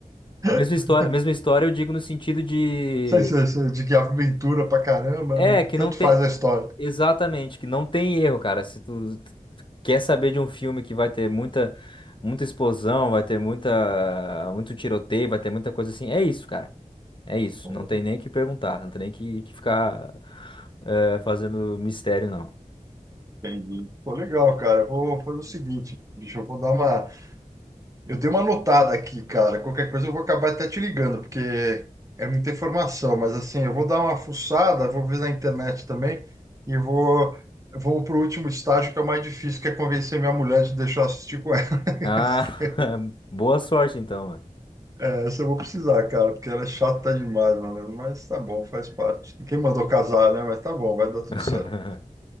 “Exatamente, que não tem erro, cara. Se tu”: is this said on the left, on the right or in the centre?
Left